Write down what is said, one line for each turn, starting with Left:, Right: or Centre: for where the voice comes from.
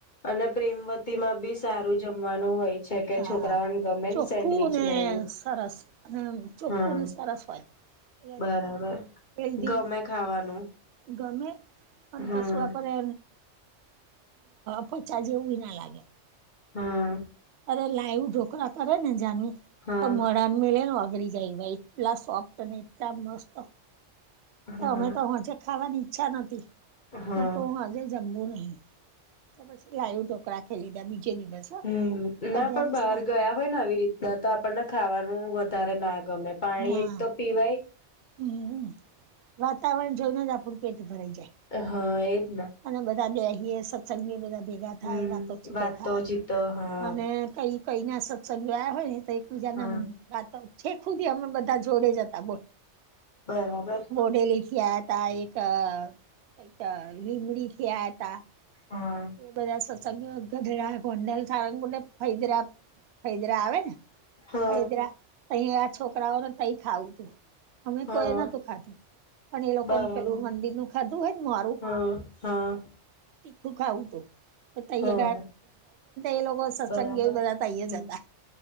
Left: અને પ્રેમવતી માં બી સારું જમવાનું હોય છે કે
Right: હા
Left: છોકરાઓને
Right: હાં
Left: ગમે
Right: ચોખ્ખું
Left: ને સેન્ડવીચ
Right: ને
Left: એવું
Right: સરસ અને ચોખ્ખું
Left: હા
Right: ને સરસ હોય
Left: બરાબર
Right: આપને હેલ્દી
Left: ગમે ખાવાનું
Right: ગમે અને
Left: હા
Right: કશું આ કરે પચા જેવું ના લાગે
Left: હા
Right: અરે લાઈવું ઢોકળા કરે ને જાનવી
Left: હા
Right: તો મળ રામમે લ ને વાઘરી જાય ભ એટલા સોફ્ટ અને એટલા મસ્ત
Left: હા
Right: તો અમે તો હજે ખાવાની ઈચ્છા નથી
Left: હા
Right: ના કો હજે જમવું નહી બસ લયું ઢોકળા ખેલીધા બીજે દિવસ હો
Left: હમ્મ ના
Right: અગિયારસ
Left: પણ બહાર
Right: ના
Left: ગયા હોય ને આવી રીતના તો આપણને ખાવાનું વધારે ના ગમે પાણી
Right: ના
Left: એક તો પીવાય
Right: હમ્મ વાતાવરણ જવન જ આપણું પેટ ભરાઈ જાય
Left: હા એજ
Right: અને બધા બેસીએે સત્સંગી બધા ભેગા
Left: હમ
Right: થાય વાતો છૂતો
Left: વાતો
Right: થાય
Left: જીતો હા
Right: અને કઈ કઈ ના સત્સજાયા હોય ને તો એકબીજા
Left: હા
Right: ના વાતો છેખ હુંધી અમે બધા જોડે જતા બો
Left: બરાબર
Right: ડેલી એક ખ્યાત તા એક કઈક લીમડી થયા હતા
Left: હ.
Right: એ બધા સત્સંગો ગઢડા ગોંડલ સારંગને ફદરા ફદરા આવે ને
Left: હા
Right: હૈદરા તહી આ છોકરાઓ ને તઈ ખાવું તું અમે
Left: હા
Right: કોઈ નતું ખાધું પણ એ લોકો
Left: બરાબર
Right: પેલું મંદિર નું ખાધું હોય ને મારું
Left: હા હા.
Right: હું ખાવું હતું તૈય
Left: હા
Right: એ લોકો સત્સંગ
Left: બરાબર
Right: એ બધા તેએજ
Left: હમ
Right: હતા